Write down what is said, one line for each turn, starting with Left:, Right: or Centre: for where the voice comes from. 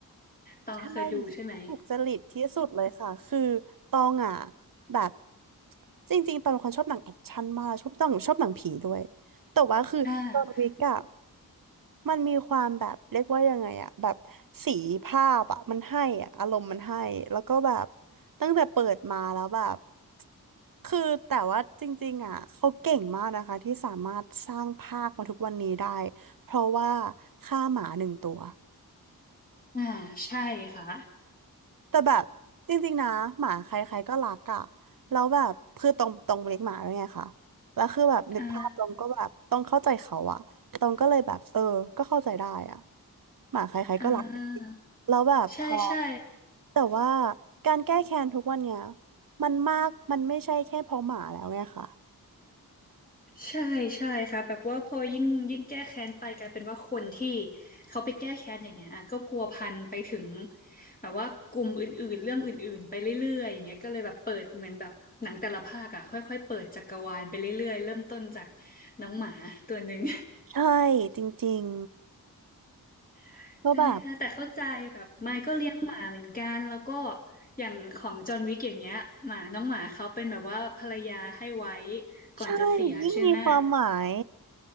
Left: ตองเคยดูใช่ไหม
Right: ใช่ถูกจริตที่สุดเลยค่ะคือตองอ่ะแบบจริงๆตองเป็นคนชอบหนังแอคชั่นมากชอบตองชอบหนังผีด้วยแต่ว่าคือตอนวิกอะ
Left: อ่า
Right: มันมีความแบบเรียกว่ายังไงอะแบบสีภาพอะมันให้อะอารมณ์มันให้แล้วก็แบบตั้งแต่เปิดมาแล้วแบบคือแต่ว่าจริงๆอ่ะเขาเก่งมากนะคะที่สามารถสร้างภาคมาทุกวันนี้ได้เพราะว่าฆ่าหมาหนึ่งตัว
Left: อ่าใช่ค่ะ
Right: แต่แบบจริงๆนะหมาใครๆก็รักอะแล้วแบบคือตรงตรงเลี้ยงหมาด้วยไงคะแล้วคือแบบนึกภาพตรงก็แบบต้องเข้าใจเขาอะตรงก็เลยแบบเออก็เข้าใจได้อะ
Left: อ่า
Right: หมาใครๆก็รักจริงๆแล้วแบบพอ
Left: อ่าใช่ใช่
Right: แต่ว่าการแก้แค้นทุกวันเนี้ยมันมากมันไม่ใช่แค่เพราะหมาแล้วไงค่ะ
Left: ใช่ใช่ค่ะแบบว่าพอยิ่งยิ่งแก้แค้นไปกลายเป็นว่าคนที่เขาไปแก้แค้นอย่างเงี้ยอ่ะก็พัวพันไปถึงแบบว่ากลุ่มอื่นๆเรื่องอื่นๆไปเรื่อยๆอย่างเงี้ยก็เลยแบบเปิดเหมือนแบบหนังแต่ละภาคอ่ะค่อยๆเปิดจักรวาลไปเรื่อยๆเริ่มต้นจากน้องหมาตัวหนึ่ง
Right: ใช่จริง
Left: <laughs>
Right: ๆก็แบบ
Left: ได้ค่ะแต่เข้าใจแบบไมค์ก็เลี้ยงหมาเหมือนกันแล้วก็อย่างของจอห์นวิกอย่างเงี้ยหมาน้องหมาเขาเป็นแบบว่าภรรยาให้ไว้ก่อนจะเสียใช่ไหม
Right: ใช่ยิ่งมีความหมาย